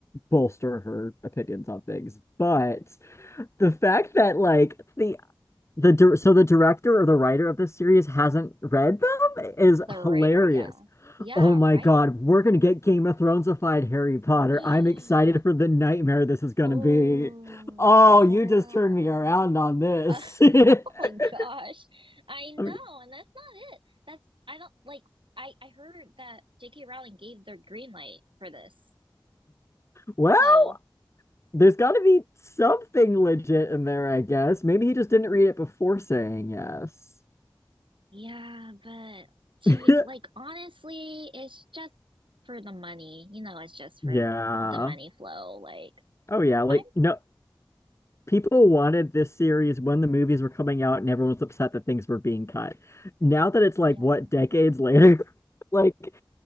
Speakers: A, on the left (about 35°); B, on the right (about 75°).
A: bolster her opinions on things. But the fact that like the the dir- so the director or the writer of this series hasn't read them is
B: The writer,
A: hilarious.
B: yeah. Yeah,
A: Oh my
B: right?
A: God, we're gonna get Game of Thronesified Harry Potter.
B: <gasps>
A: I'm excited for the nightmare this is gonna
B: Oh,
A: be. Oh,
B: yeah.
A: you just turned me around on this.
B: <laughs>
A: <laughs>
B: Oh my gosh. I know,
A: I mean,
B: and that's not it. That's I don't like I I heard that J.K. Rowling gave their green light for this.
A: well,
B: So,
A: there's got to be something legit in there, I guess. Maybe he just didn't read it before saying yes.
B: yeah, but to
A: <laughs>
B: be like honestly, it's just for the money. You know, it's just for
A: Yeah.
B: the money flow. Like
A: Oh, yeah. Like,
B: I'm
A: no, people wanted this series when the movies were coming out and everyone was upset that things were being cut. Now that it's like,
B: yeah,
A: what, decades later? <laughs> Like,